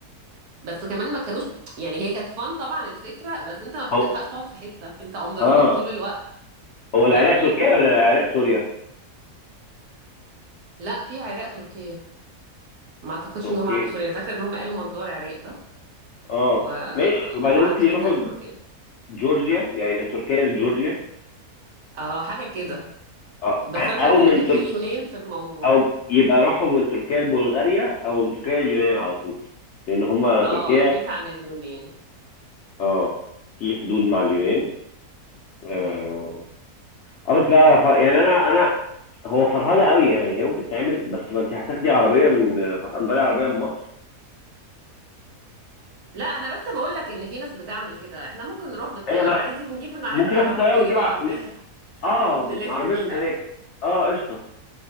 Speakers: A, on the right; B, on the left.
A: بس كمان ما كانوش يعني هي كانت فن طبعا الفكرة بس انت ما بتلحقش
B: هو
A: تقعد في حتة انت اون ذا
B: اه
A: رود طول الوقت
B: هو العراق
A: يعني
B: تركيا ولا العراق سوريا
A: لا في عراق تركيا ما اعتقدش
B: اوكي
A: ان هم عدوا سوريا فاكره ان هم قالوا موضوع العراق ده
B: اه
A: و...
B: ماشي وبعدين
A: وعدوا
B: ممكن يروحوا
A: منها لتركيا
B: جورجيا يعني من تركيا لجورجيا
A: اه حاجه كده
B: اه
A: بس
B: <laughs>
A: انا فاكره
B: او من
A: ان كان
B: ترك
A: في اليونان في الموضوع
B: او يبقى راحوا من تركيا لبلغاريا او من تركيا لليونان على طول لان هم تركيا
A: اه اتفقت على اليونان
B: اه في حدود مع اليونان اه,
A: امم
B: آه بس لا ف... يعني انا انا هو فرهده قوي يعني هي ممكن تعمل بس ما انت هتاخدي عربيه من هتأجري عربيه من مصر
A: لا انا بس بقول لك ان في ناس بتعمل كده احنا ممكن نروح بالطياره
B: هي بلا
A: عادي ونجيب من هناك
B: ممكن
A: عربيه
B: ناخد طياره ونجيب
A: بقى
B: ع...
A: ن- <laughs>
B: اه
A: نلف
B: عربيه
A: بيها
B: من هناك اه قشطه